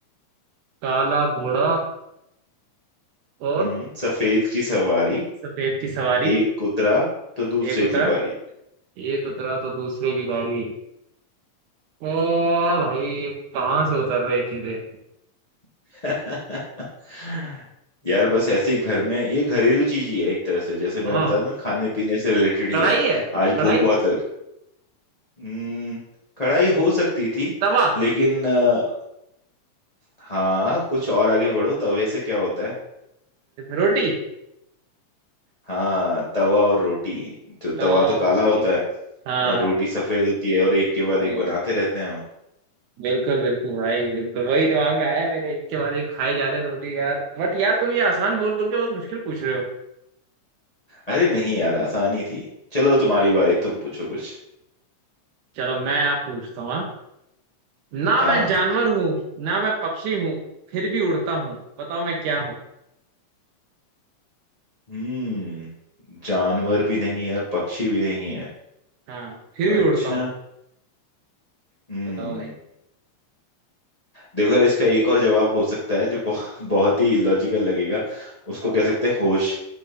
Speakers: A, on the right (about 80°); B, on the left (about 20°).
A: काला घोड़ा और
B: हम्म सफेद की सवारी
A: सफेद की सवारी
B: एक उतरा तो दूसरे
A: एक उतरा
B: की बारी
A: एक उतरा तो दूसरे की बारी ओ भाई कहाँ से उतर रहे हैं चीजें
B: <laughs> यार बस ऐसे ही घर में ये घरेलू चीज ही है एक तरह से जैसे मैंने
A: हाँ
B: बताया था ना खाने पीने से रिलेटेड ही
A: कढ़ाई
B: है
A: है
B: आज
A: कढ़ाई
B: भूख बहुत लग रही। हम्म कढ़ाई हो सकती थी
A: तवा
B: लेकिन अ, हाँ कुछ और आगे बढ़ो तवे से क्या होता है
A: रोटी
B: हाँ तवा और रोटी जो तवा
A: तवा
B: तो
A: और
B: काला
A: रोटी
B: होता है
A: हाँ
B: और रोटी सफेद होती है और एक के बाद
A: अरे
B: एक बनाते रहते हैं हम
A: बिल्कुल बिल्कुल भाई बिल्कुल वही दिमाग में आया मेरे एक के बाद एक खाए जा रहे रोटी यार बट यार तुम ये आसान बोल बोल के बहुत मुश्किल पूछ रहे हो
B: अरे नहीं यार आसानी थी चलो तुम्हारी बारी तुम पूछो कुछ
A: चलो मैं आप पूछता हूँ हाँ? ना
B: हाँ
A: मैं
B: हाँ।
A: जानवर हूँ ना मैं पक्षी हूँ फिर भी उड़ता हूँ बताओ मैं क्या हूँ
B: हम्म जानवर भी नहीं है और पक्षी भी नहीं है
A: हाँ फिर भी
B: अच्छा
A: उड़ता हूँ
B: हम्म
A: बताओ भाई
B: देखो यार इसका एक और जवाब हो सकता है जो बहुत बहुत ही लॉजिकल लगेगा उसको
A: हाँ,
B: कह
A: हाँ।
B: सकते हैं होश